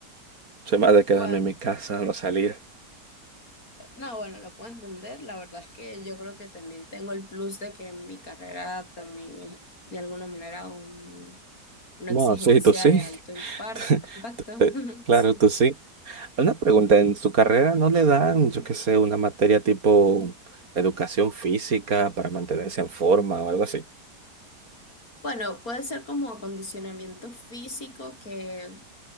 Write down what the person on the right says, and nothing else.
Soy más de
quedarme en mi casa, no salir.
No,
sí, tú sí.
<laughs>
Tú- tú-
Claro,
tú sí. Una pregunta, ¿en su carrera no le dan, yo qué sé, una materia tipo educación física para mantenerse en forma o algo así?